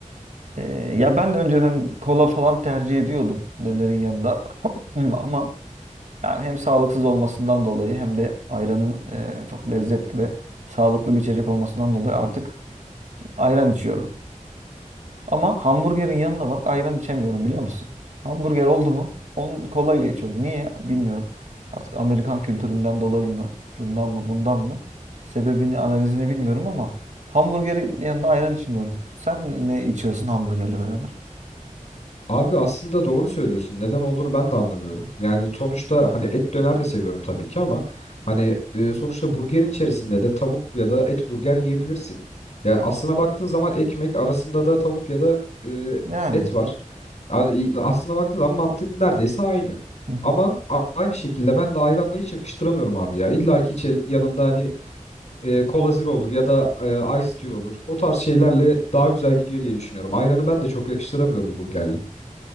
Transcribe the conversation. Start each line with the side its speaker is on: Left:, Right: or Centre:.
Right: E, ya ben de önceden kola falan tercih ediyordum dönerin yanında. <clears throat> <laughs> Ama yani hem sağlıksız olmasından dolayı hem de ayranın e, çok lezzetli ve sağlıklı bir içecek olmasından dolayı artık ayran içiyorum. Ama hamburgerin yanında bak ayran içemiyorum biliyor musun? Hamburger oldu mu? Onu kolayla içiyorum. Niye? Bilmiyorum. Artık Amerikan kültüründen dolayı mı? Şundan mı bundan mı? Sebebini analizini bilmiyorum ama hamburgerin yanında ayran içmiyorum. Sen ne içiyorsun hamburgerle beraber?
Left: Abi aslında doğru söylüyorsun. Neden olduğunu ben de anlamıyorum. Yani sonuçta hani et döner de seviyorum tabii ki ama hani e, sonuçta burgerin içerisinde de tavuk ya da et burger yiyebilirsin. Ya aslına baktığın zaman ekmek arasında da tavuk ya da e,
Right: Yani.
Left: et var. Yani i- aslına baktığın zaman mantık neredeyse aynı.
Right: Hı hı.
Left: Ama a- aynı şekilde ben de ayranla hiç yakıştıramıyorum abi ya. İlla ki içe- yanında hani e, kola zero olur ya da e, ice tea olur. O tarz şeylerle daha güzel gidiyor diye düşünüyorum. Ayranı ben de çok yakıştıramıyorum burgerle.